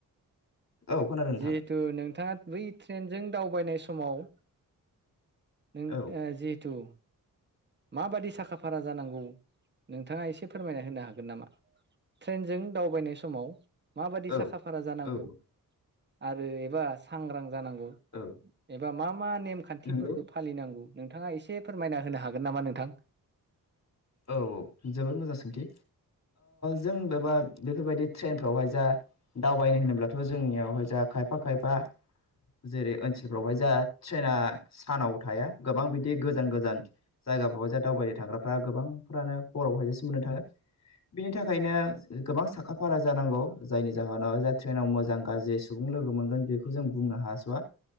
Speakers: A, on the left (about 50°); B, on the right (about 30°).
A: औ खोनादों नोंथां
B: जिहेथु नोंथाङा बै ट्रेनजों दावबायनाय समाव नों
A: औ
B: जिहेथु माबादि साखा फारा जानांगौ नोंथाङा एसे फोरमायना होनो हागोन नामा? ट्रेनजों दावबायनाय समाव मा बायदि
A: औ
B: साखा फारा जानांगौ
A: औ
B: आरो एबा सांग्रां जानांगौ
A: औ
B: एबा मा मा नेमखान्थिफोरखौ
A: नंगौ
B: फालिनांगौ नोंथाङा एसे फोरमायना होनो हा हागोन नामा नोंथां
A: औ औ जोबोद मोजां सोंथि जों बेबा बेफोरबायदि ट्रेनफ्रावहाय जा दावबायनो होनोब्लाथ' जोंनियावहाय जाों खायफा खायफा जेरै ओनसोलफ्रावहाय जोंहा ट्रेना सानाव थाया गोबां बिदि गोजान गोजान जायगाफ्रावहाय दावबायनो थाग्राफ्रा गोबांफोरानो हरावहाय जसो मोननो थाङो बिनि थाखायनो गोबां साखा फारा जानांगौ जायनि जाहोनाव जा ट्रेनाव मोजां गाज्रि सुबुं लोग मोनगोन बे जों बुंनो हास'वा